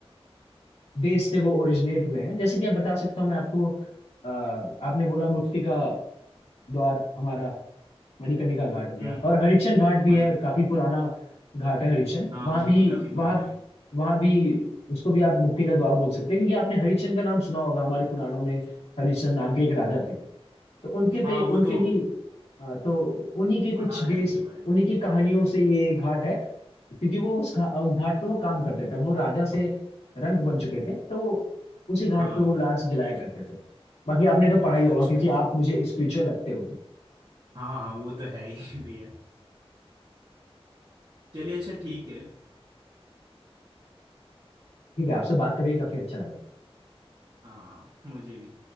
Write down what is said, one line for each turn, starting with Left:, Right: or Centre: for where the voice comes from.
Left: देश से वो ओरिजिनेट हुए हैं जैसे कि आप बता सकता हूँ मैं आपको अ, आपने बोला मुक्ति का द्वार हमारा मणिकर्णिका घाट हो गया
Right: हम्म
Left: और हरिश्चंद्र घाट भी
Right: मणि
Left: है काफी पुराना घाट है हरिश्चंद्र
Right: हाँ
Left: वहां
Right: हाँ
Left: भी
Right: वो भी काफी पुराना
Left: वहां
Right: है
Left: वहां भी उसको भी आप मुक्ति का द्वार बोल सकते हैं क्योंकि आपने हरिश्चंद्र का नाम सुना होगा हमारे पुराणों में हरिश्चंद्र नाम के एक राजा थे तो उनके पे
Right: हाँ वो
Left: उनके
Right: तो
Left: ही हाँ, तो उन्हीं के कुछ
Right: पढ़ा है
Left: बेस
Right: उनके बारे में
Left: उन्हीं की कहानियों से ये घाट है क्योंकि वो उस घा, उस घाट पे वो काम करते थे वो राजा से रंग बन चुके थे तो वो उसी घाट
Right: हाँ
Left: पे वो लाश जलाया करते थे बाकी आपने तो पढ़ा
Right: अच्छा
Left: ही होगा
Right: अच्छा
Left: क्योंकि
Right: अच्छा
Left: आप मुझे स्पिरिचुअल लगते हो तो
Right: हाँ हाँ वो तो है ही <laughs> भैया चलिए अच्छा ठीक है
Left: ठीक है आपसे बात करके काफी अच्छा लगा
Right: हाँ मुझे भी